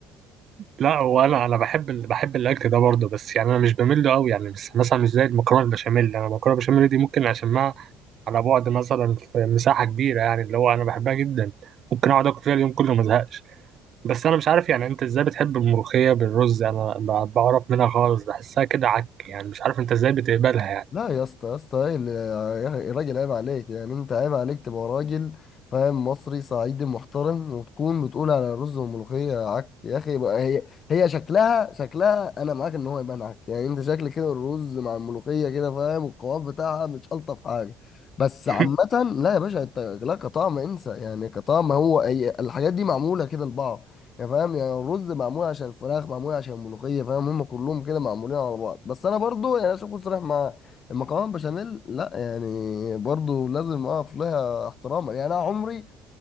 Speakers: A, on the right; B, on the left.
A: لا هو انا انا بحب ال... بحب الاكل ده برضه بس يعني انا مش بميل له قوي يعني بس مثلا مش زي المكرونه البشاميل انا المكرونه البشاميل دي ممكن اشمها على بعد مثلا في مساحه كبيره يعني اللي هو انا بحبها جدا ممكن اقعد اكل فيها اليوم كله ما ازهقش بس انا مش عارف يعني انت ازاي بتحب الملوخية بالرز انا ب- بعرف منها خالص بحسها كده عك يعني مش عارف انت ازاي بتقبلها يعني
B: لا يا اسطى يا اسطى ايه اللي- يا راجل عيب عليك يعني انت عيب عليك تبقى راجل فاهم مصري صعيدي محترم وتكون بتقول على الرز والملوخيه عك يا اخي بقى هي هي شكلها شكلها انا معاك ان هو يبان عك يعني انت شكل كده الرز مع الملوخيه كده فاهم والقوام بتاعها مش الطف حاجه بس
A: <laughs>
B: عامه لا يا باشا انت لا كطعم انسى يعني كطعم هو هي الحاجات دي معموله كده لبعض يعني فاهم يعني الرز معمول عشان الفراخ معمول عشان الملوخيه فاهم هم كلهم كده معمولين على بعض بس انا برضو يعني عشان اكون صريح معاك المكرونه بشاميل لا يعني برضو لازم اقف لها احتراما يعني انا عمري